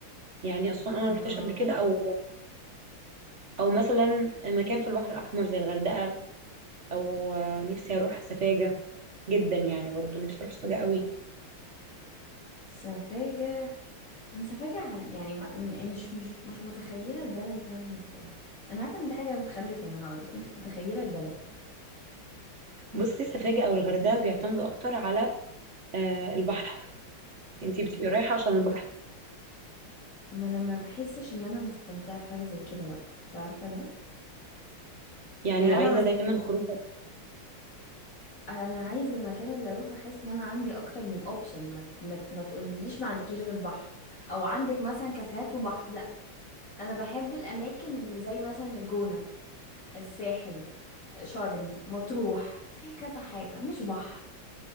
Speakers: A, on the right (about 50°); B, on the left (about 40°).
A: يعني اسوان انا
B: اه
A: ما رحتش قبل كده او او مثلا مكان في البحر الاحمر زي الغردقه او آه، نفسي اروح سفاجه جدا يعني برضو نفسي اروح سفاجه قوي
B: سفاجة أنا سفاجة عر- يعني ما م- مش مش مش متخيلة البلد دي عاملة ازاي أنا عارفة إن دي حاجة متخلفة اللي أنا هقولها بس أنا مش متخيلة البلد
A: بصي سفاجه او الغردقه بيعتمدوا اكتر على آه، البحر انتي بتبقي رايحه عشان البحر
B: ما انا ما بحسش ان انا مستمتعه في حاجه زي كده بقى انت عارفه ده
A: يعني
B: يعني انا
A: عايزه
B: مس...
A: دايما خروج
B: انا عايزه المكان اللي اروح احس ان انا عندي اكتر من اوبشن ما ت- ما ت- ما تقوليش ما عندكيش غير بحر او عندك مثلا كافيهات وبحر لا انا بحب الاماكن اللي زي مثلا الجونه الساحل شرم مطروح فيها كذا حاجه مش بحر